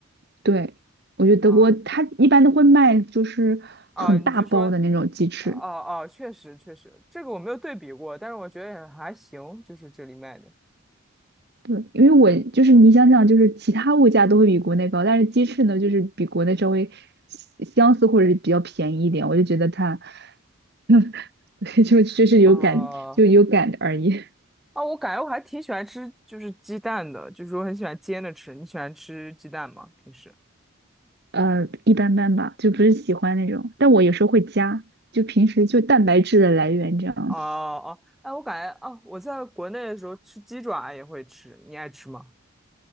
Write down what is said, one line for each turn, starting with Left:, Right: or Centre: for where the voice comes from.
Right: 对，我觉得德国它一般都会卖就是很大包的那种鸡翅。
Centre: 啊啊？你就说哦哦，确实确实，这个我没有对比过，但是我觉得也还行，就是这里卖的
Right: 对，因为我就是你想想，就是其他物价都会比国内高，但是鸡翅呢，就是比国内稍微相相似或者是比较便宜一点，我就觉得它，<laughs> 对就就是有感就有感而已。
Centre: 啊。啊，我感觉我还挺喜欢吃，就是鸡蛋的，就是我很喜欢煎着吃。你喜欢吃鸡蛋吗？平时？
Right: 呃，一般般吧，就不是喜欢那种。但我有时候会加，就平时就蛋白质的来源这样子。
Centre: 哦哦，哎，我感觉哦，我在国内的时候吃鸡爪也会吃，你爱吃吗？